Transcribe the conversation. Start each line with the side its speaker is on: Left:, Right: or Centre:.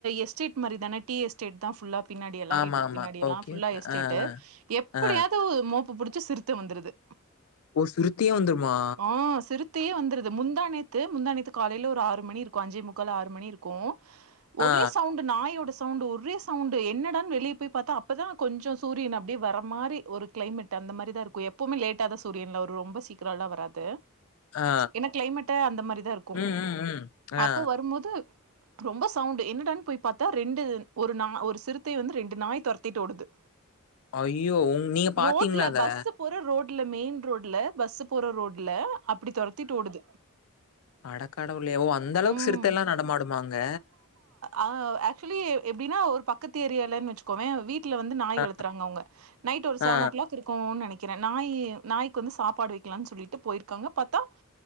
Right: எஸ்டேட் மாரி தானே டி எஸ்டேட் தா ஃபுல்லா பின்னாடியெல்லா
Left: ஆமா,
Right: வீட்டுக்கு
Left: ஆமா.
Right: பின்னாடியெல்லா
Left: ஓகே,
Right: ஃபுல்லா
Left: ஓகே.
Right: எஸ்டேட்டு
Left: ஆ,
Right: எப்படியாது
Left: ஆ, ஆ.
Right: மோப்ப புடிச்சு சிருத்த வந்துருது
Left: ஓ! சுருட்டியே வந்துருமா?
Right: ஆ சிருத் தே வந்துருது முந்தாநேத்து முந்தாநேத்து காலையில ஒரு ஆறு மணி இருக்கு அஞ்சே முக்கால் ஆறு மணி இருக்கு ஒரே
Left: ஆ,
Right: சவுண்ட் நாயோட சவுண்ட் ஒரே சவுண்ட் என்னடா வெளியே போய் பாத்த அப்பதா கொஞ்சோ சூரியன் அப்படியே வர மாரி ஒரு கிளைமேட் அந்த மாரி தா இருக்கு எப்பவுமே லேட்டா தா சூரியன் வரும் ரொம்ப சீக்கிரம்லா வராது
Left: ஆ.
Right: ஏன்னா கிளைமேட்டு அந்த மாரிதா இருக்கு
Left: ம், ம், ம்.
Right: அப்போ
Left: ஆ.
Right: வரும்போது ரொம்ப சவுண்டு என்னடான்னு போய் பாத்தா ரெண்டு ஒரு நாய் ஒரு சிறுத்தைய வந்து ரெண்டு நாய் தொரத்திட்டு ஓடுது
Left: அய்யோ உ நீங்க பாத்தீங்களா
Right: ரோட்ல
Left: அத
Right: பஸ்ஸு போற ரோட்ல மெயின் ரோட்ல பஸ் போற ரோட்ல அப்பிடி தொரத்திட்டு ஓடுது
Left: அடக்கடவுளே ஓ அந்த அளவுக்கு
Right: ம்
Left: சிறுத்தையெல்லா நடமாடுமா அங்க
Right: ஆ ஆக்சுவலி எப்படின்னா ஒரு பக்கத்து ஏரியாலன்னு வச்சுக்கோவே வீட் ட்ல வந்து நாய்
Left: அ,
Right: வளத்துறாங்க அவுங்க நைட் ஒரு செவன்
Left: ஆ,
Right: ஓ கிளாக் இருக்குன்னு நெனைக்கிறே நாய் நாய்க்கு வந்து சாப்பாடு வைக்கலான்னு சொல்லிட்டு போயிருக்காங்க பாத்தா